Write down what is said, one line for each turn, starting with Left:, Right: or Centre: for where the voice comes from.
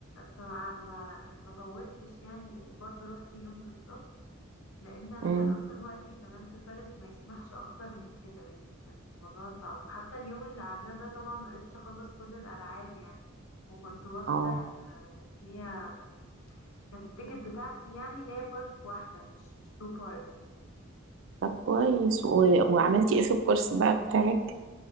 Left: فما ما ما طولتش يعني برضو رحت يوم بالظبط لان انا
Right: أمم،
Left: كان اصلا وقتي كمان في باريس ما يسمحش اكتر من كده يعني كان الموضوع صعب حتى اليوم اللي قعدناه ده طبعا ما قدرتش اخلص كل الالعاب يعني وكنت واخده
Right: اه
Left: اللي هي كانت التيكت بتاعتي يعني اللي هي بارك واحده مش مش تو بارك
Right: طب كويس و... وعملتي ايه في الكورس بقى بتاعك؟